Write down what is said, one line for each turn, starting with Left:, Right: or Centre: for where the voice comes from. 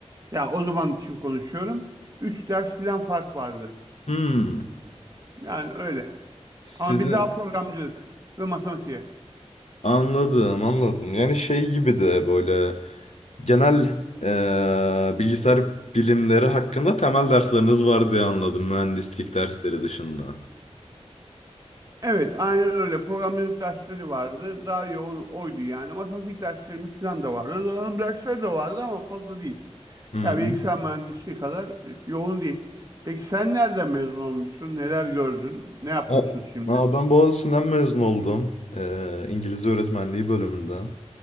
Right: Ya o zaman için konuşuyorum. Üç ders falan fark vardı.
Left: hmm.
Right: Yani öyle.
Left: Sizi
Right: Ama bir daha programcılık ve matematiğe.
Left: anladım anladım. Yani şey gibi de böyle genel eee, bilgisayar bilimleri hakkında temel dersleriniz var diye anladım mühendislik dersleri dışında.
Right: Evet, aynen öyle. Programcılık dersleri vardı. Daha yoğun oydu yani. Matematik derslerimiz falan da vardı. Donanım dersleri de vardı ama fazla değil.
Left: Hı
Right: Ya
Left: hı.
Right: bilgisayar mühendisliği kadar yoğun değil. Peki sen nereden mezun olmuşsun? Neler gördün? Ne yapıyorsun
Left: Ha,
Right: şimdi?
Left: ha, ben Boğaziçi'nden mezun oldum. Ee, İngilizce öğretmenliği bölümünden.